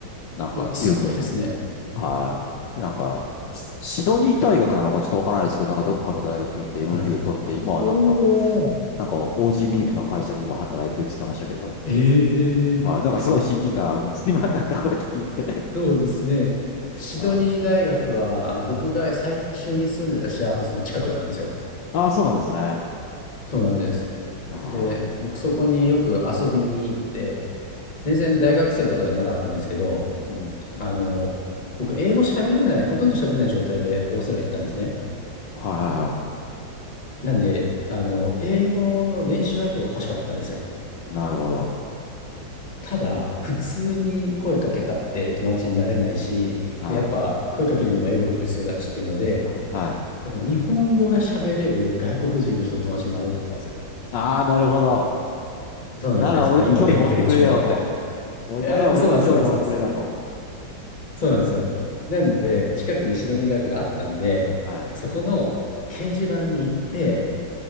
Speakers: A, on the left; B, on the left.
A: なんか急に、
B: うわ、すごいですね。
A: はい。なんか、シシドニー大学なのかちょっとわからないですけど、なんかどっかの大学行って MBA
B: はい。
A: 取って、今はなんか、
B: おー。
A: なんか OGB の会社で今働いてるって言ってましたけど、
B: ええ
A: はい。なんかすごい親近感あります。<laughs> 今なんかこうやって聞いて。
B: そうですね。シドニー大学は、
A: はい。
B: あ僕が最初に住んでたシェアハウスの近くだったんですよ。
A: ああ、そうなんですね。
B: そうなんです。
A: はい。
B: で、僕そこによく遊びに行って、全然大学生とかじゃなかったんですけど、
A: うん。
B: あの、僕英語喋れない、ほとんど喋れない状態でオーストラリア行ったんですね。
A: はいはいは
B: なんで、あの、英語の練習相手が欲しかったんですよ。
A: い。なるほど。
B: ただ、普通に声かけたって友達になれないし、
A: はい。
B: で、やっぱ声かけるにも英語力必要だしっていうので、
A: あはい。
B: やっぱ日本語が喋れる外国人の人と友達になろうと思ったんですよ。
A: ああ、なるほど。
B: そうなんです。
A: なら俺に興味持ってくれるやろと。
B: だから今勉強中だったりとか。
A: 俺なら俺に興味持ってくれるやろと。
B: えーそうなんです、そうなんです、そうなんです。そうなんですよ。なんで、近くにシドニー大学があったんで、
A: はい。
B: そこの掲示板に行って、